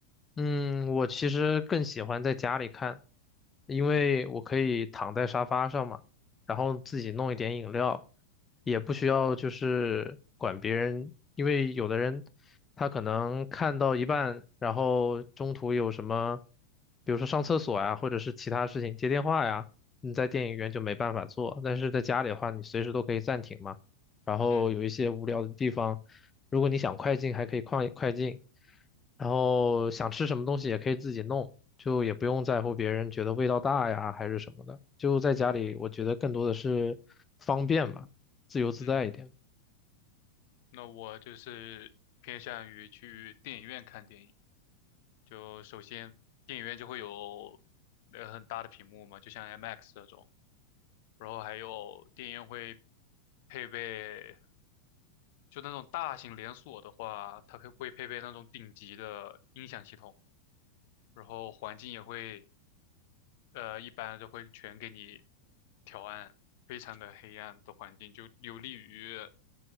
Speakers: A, on the left (about 15°); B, on the left (about 50°).
A: 嗯，我其实更喜欢在家里看，因为我可以躺在沙发上嘛，然后自己弄一点饮料，也不需要就是管别人，因为有的人他可能看到一半，然后中途有什么，比如说上厕所呀，或者是其他事情接电话呀，你在电影院就没办法做，但是在家里的话，你随时都可以暂停嘛。然后有一些无聊的地方，
B: 嗯
A: 如果你想快进，还可以快快进，然后想吃什么东西也可以自己弄，就也不用在乎别人觉得味道大呀还是什么的，就在家里，我觉得更多的是方便吧，自由自在一点。
B: 嗯，那我就是偏向于去电影院看电影。就首先，电影院就会有呃很大的屏幕嘛，就像 IMAX 这种，然后还有电影院会配备，就那种大型连锁的话，它可会配备那种顶级的音响系统，然后环境也会呃，一般都会全给你调暗，非常的黑暗的环境，就有利于